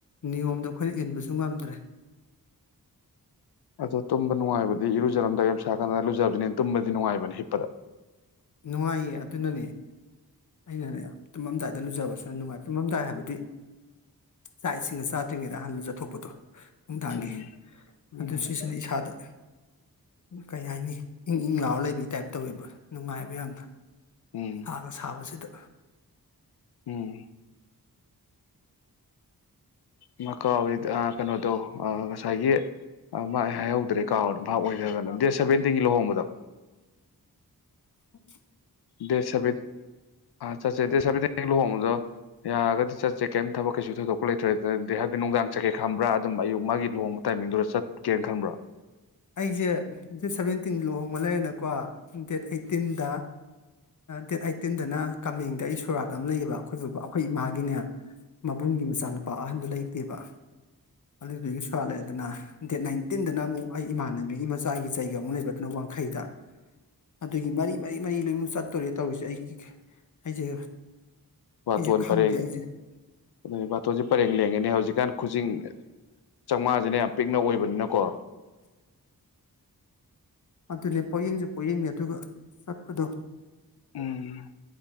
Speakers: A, on the left (about 50°); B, on the left (about 85°).
A: ꯅꯤꯌꯣꯝꯗꯣ ꯑꯩꯈꯣꯏꯅ ꯏꯟꯕꯁꯨ ꯉꯝꯗ꯭ꯔꯦ
B: ꯑꯗꯣ ꯇꯨꯝꯕ ꯅꯨꯡꯉꯥꯏꯕꯗꯤ ꯏꯔꯨꯖꯔꯝꯗꯥꯏ ꯌꯥꯝ ꯁꯥꯀꯥꯟꯗꯅ ꯂꯨꯖꯕꯕꯁꯤꯅꯤ ꯇꯨꯝꯕꯗꯤ ꯅꯨꯡꯉꯥꯏꯕꯅꯤ ꯍꯤꯞꯄꯗꯥ
A: ꯅꯨꯡꯉꯥꯏꯌꯦ ꯑꯗꯨꯅꯅꯦ ꯑꯩꯅꯅꯦ ꯇꯨꯝꯃꯝꯗꯥꯏꯗ ꯂꯨꯖꯕꯕꯁꯤꯅ ꯅꯨꯡꯉꯥꯏ ꯇꯨꯝꯃꯝꯗꯥꯏ ꯍꯥꯏꯕꯗꯤ ꯆꯥꯛ ꯏꯁꯤꯡꯅ ꯆꯥꯗ꯭ꯔꯤꯉꯩꯗ ꯑꯍꯜꯗꯖꯠꯊꯣꯛꯄꯗꯣ ꯅꯨꯡꯗꯥꯡꯒꯤ
B: ꯎꯝ ꯎꯝ
A: ꯑꯗꯨ ꯁꯤꯁꯤꯅ ꯏꯁꯥꯗ ꯀꯩ ꯍꯥꯏꯅꯤ ꯏꯪ ꯏꯪ ꯂꯥꯎꯔ ꯂꯩꯕꯒꯤ ꯇꯥꯏꯞ ꯇꯧꯋꯦꯕ ꯅꯨꯡꯉꯥꯏꯕ ꯌꯥꯝꯅ
B: ꯎꯝ
A: ꯁꯥꯒ ꯁꯥꯕꯁꯤꯗ
B: ꯎꯝ ꯏꯃ ꯀꯥꯎ ꯀꯩꯅꯣꯗꯣ ꯉꯁꯥꯏꯒꯤ ꯃꯥꯏ ꯍꯥꯏꯍꯧ ꯗ꯭ꯔ‌ꯦ ꯀꯥꯎꯗ ꯚꯥꯞ ꯑꯣꯏꯗꯗꯅꯥ ꯗꯦꯠ ꯁꯕꯦꯟꯇꯤꯡꯒꯤ ꯂꯨꯍꯣꯡꯕꯗꯣ
A: ꯎꯝ
B: ꯗꯦꯁ ꯁꯕ‌ꯦꯟꯠ ꯑꯥ ꯆꯠꯁ‌ꯦ ꯗꯦꯠ ꯁꯦꯕꯦꯟꯇꯤꯟ ꯂꯨꯍꯣꯪꯕꯥꯗ‌‌ꯣ ꯌꯥꯔꯒꯗꯤ ꯆꯠꯁꯦ ꯀꯩꯝ ꯊꯕꯛ ꯀꯩꯁꯨ ꯊꯣꯏꯗꯣꯛꯄ ꯂꯩꯇ꯭ꯔꯦ ꯑꯗꯨꯗꯤ ꯍꯥꯏꯕꯗꯤ ꯅꯨꯡꯗꯥꯡ ꯆꯠꯀꯦ ꯈꯟꯕ꯭ꯔꯥ ꯑꯗꯨꯝ ꯑꯌꯨꯛ ꯃꯥꯒꯤ ꯂꯨꯍꯣꯡꯕ ꯇꯥꯏꯃꯤꯡꯗꯨꯗ ꯆꯠꯀꯦꯅ ꯈꯟꯕ꯭ꯔꯥ
A: ꯑꯩꯁꯦ ꯗꯦꯠ ꯁꯚꯦꯟꯇꯤꯟ ꯂꯨꯍꯣꯡꯕ ꯂꯩꯔꯦꯅꯀꯣ ꯗꯦꯠ ꯑꯩꯠꯇꯤꯟꯗ ꯗꯦꯠ ꯑꯩꯠꯇꯤꯟꯗꯅ ꯀꯃꯦꯡꯗ ꯑꯩ ꯁꯣꯔꯥꯠ ꯑꯃ ꯂꯩꯌꯦꯕ ꯑꯩꯈꯣꯏ ꯕꯕꯥ ꯑꯩꯈꯣꯏ ꯏꯃꯥꯒꯤꯅꯦ ꯃꯕꯨꯡꯒꯤ ꯃꯆꯥꯅꯨꯄꯥ ꯑꯍꯟꯗꯨ ꯂꯩꯇꯦꯕ ꯑꯗꯨꯗꯨꯒꯤ ꯁꯣꯔꯥꯠ ꯂꯩꯗꯅ ꯗꯦꯠ ꯅꯥꯏꯟꯇꯤꯟꯗꯅ ꯑꯃꯨꯛ ꯑꯩ ꯏꯃꯥꯟꯅꯕꯤꯒꯤ ꯃꯆꯥꯒꯤ ꯖꯒ ꯑꯃꯨꯛ ꯂꯩꯕꯗꯨꯅ ꯋꯥꯡꯈꯩꯗ ꯑꯗꯨꯒꯤ ꯃꯔꯤ ꯃꯔꯤ ꯃꯔꯤ ꯂꯣꯏꯅꯨ ꯆꯠꯇꯣꯔꯦ ꯇꯧꯔꯤꯁꯦ ꯑꯩꯒꯤ ꯑꯩꯁꯦ
B: ꯕꯥꯇꯣꯟ
A: ꯑꯩꯁꯦ ꯈꯪꯗꯦ
B: ꯄꯔꯦꯡ
A: ꯑꯩꯁꯦ
B: ꯑꯗꯨ ꯕꯥꯇꯣꯟꯁꯦ ꯄꯔꯦꯡ ꯂꯦꯡꯉꯦꯅꯦ ꯍꯧꯖꯤꯛꯀꯥꯟ ꯈꯨꯖꯤꯡ ꯆꯥꯃꯉꯥꯁꯤꯅ ꯌꯥꯝ ꯄꯤꯛꯅ ꯑꯣꯏꯕꯅꯤꯅꯀꯣ
A: ꯑꯗꯨꯅꯦ ꯄꯣꯛꯌꯦꯡꯁꯨ ꯄꯣꯛꯌꯦꯡꯅꯦ ꯑꯗꯨꯒ ꯆꯠꯄꯗꯣ
B: ꯎꯝ